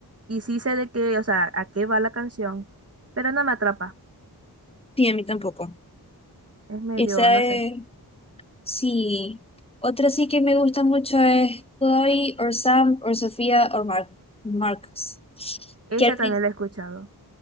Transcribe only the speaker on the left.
Sí, a mí tampoco.
Esa
es,
sí. Otra sí que me gusta mucho es Chloe or Sam or Sofía or Mar Marcus.
Que al
prin-